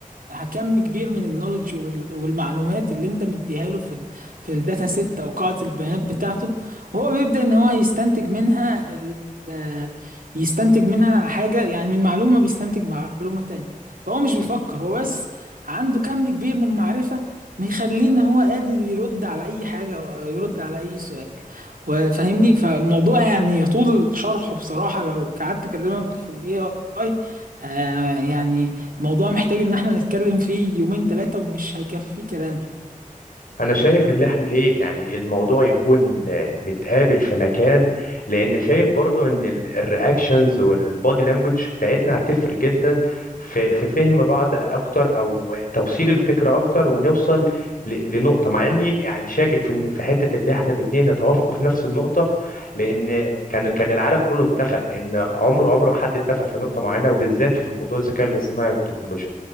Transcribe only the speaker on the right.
كم كبير من النولج وال- والمعلومات اللي انت مديها له في ال في الداتا سيت او قاعدة البيانات بتاعته هو بيبدأ ان هو يستنتج منها ال- آه، يستنتج منها حاجة يعني من معلومة بيستنتج معلومة تانية فهو مش بيفكر هو بس عنده كم كبير من المعرفة مخليه ان هو قادر يرد على اي حاجة او يرد على اي سؤال وفاهمني فالموضوع يعني يطول شرحه بصراحة لو قعدت اكلمك في الاي اي آه يعني موضوع محتاج ان احنا نتكلم فيه يومين ثلاثة ومش هيكفي كلام